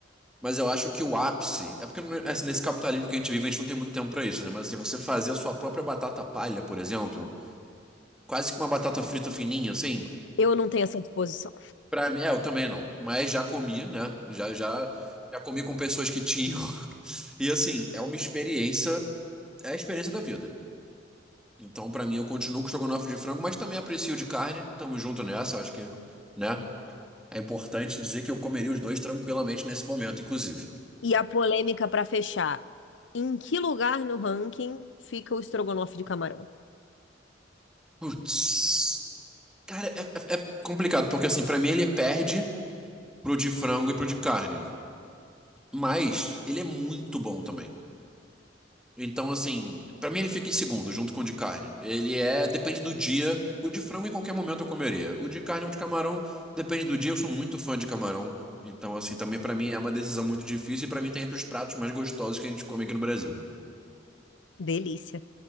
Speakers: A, in the centre; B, on the left.
A: Mas eu acho que o ápice. É porque, assim, nesse capitalismo que a gente vive, a gente não tem muito tempo pra isso, né? Mas, assim, você fazer a sua própria batata palha, por exemplo, quase que uma batata frita fininha, assim.
B: Eu não tenho essa disposição.
A: Pra mim, é, eu também não. Mas já comi, né? Já, já, já comi com pessoas que tinham. <laughs> E assim, é uma experiência, é a experiência da vida. Então, pra mim, eu continuo com estrogonofe de frango, mas também aprecio de carne. Tamo junto nessa, acho que, né? É importante dizer que eu comeria os dois tranquilamente nesse momento, inclusive.
B: E a polêmica para fechar. Em que lugar no ranking fica o estrogonofe de camarão?
A: Putz. Cara, é, é é complicado, porque assim, pra mim ele perde pro de frango e pro de carne. Mas ele é muito bom também. Então, assim, pra mim ele fica em segundo, junto com o de carne. Ele é, depende do dia. O de frango em qualquer momento eu comeria. O de carne ou de camarão, depende do dia. Eu sou muito fã de camarão. Então, assim, também pra mim é uma decisão muito difícil e pra mim tá entre os pratos mais gostosos que a gente come aqui no Brasil.
B: Delícia.